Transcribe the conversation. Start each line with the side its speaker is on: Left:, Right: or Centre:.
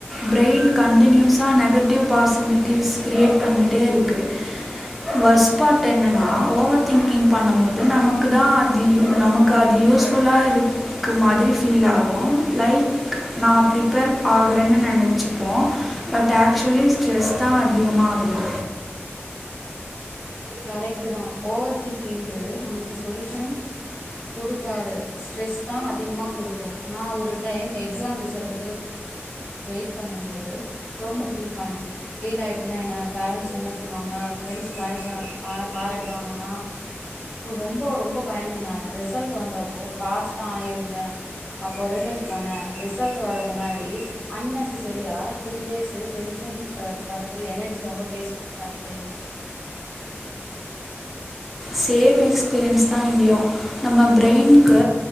Centre: பிரெயின் கன்டினியூஸா நெகட்டிவ் பாசிவிட்டூஸ் பண்ணிட்டே இருக்கு வஸ்பாட் என்னன்னா ஓவர் திங்கிங் பண்ணம்போது நமக்கு தா அது நமக்கு அது யூஸ்புல்லா இருக்கு மாதிரி ஃபீல் ஆகு லைக் நா ப்ரிப்பேர் ஆகறேன்னு நெனச்சிப்போ பட் ஆக்சுவலி ஸ்ட்ரெஸ் தா அதிக திகமாகுது
Left: கரெக்ட் தா ஓவர் திங்கிங்கு நம்மளுக்கு சொல்யூஷன் கொடுக்காது ஸ்ட்ரெஸ் தா அதிகமா குடுக்கு நா ஒரு டைம் எக்ஸாம் ரிசல்ட்டுக்கு வெயிட் பண்ணம் போது ரொம்ப திங்கிங் பண்ணே ஃபெயில் ஆயிட்டேன்னா என்ன பேரண்ட்ஸ் என்ன சொல்லுவாங்க ஃப்ரெண்ட்ஸ் பாய்சா பார் பாராய்டுவாங்கன்னா ரொம்ப ரொம்ப பயந்த நானு ரிசல்ட் வந்தப்போ பாஸ் தா ஆயிருந்தே அப்போ ரியலைஸ் பண்ணேன் ரிசல்ட் வர முன்னாடி அன்னேசெசரியா த்ரீ டேஸ்சு டென்ஷன் அ பாத்து எனர்ஜி ரொம்ப வேஸ்ட் பண்ணிட்டேனு
Centre: சேம் எக்ஸ்பீரியன்ஸ் தா இங்கயு நம்ம பிரெய்ன்க்கு